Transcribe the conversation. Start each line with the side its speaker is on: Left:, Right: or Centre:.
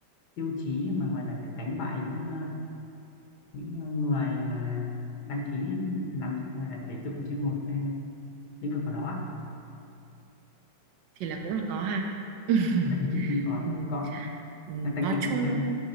Left: tiêu chí mà ngoài là phải đánh bại những ờ, những ờ, người mà đăng ký làm ngoài là tuyển dụng trên một cái lĩnh vực nào đó
Right: Thì là cũng là có ha. <laughs>
Left: <laughs> có
Right: Ừ,
Left: có
Right: ừ,
Left: là tăng
Right: nói
Left: tính
Right: chung
Left: cạnh tranh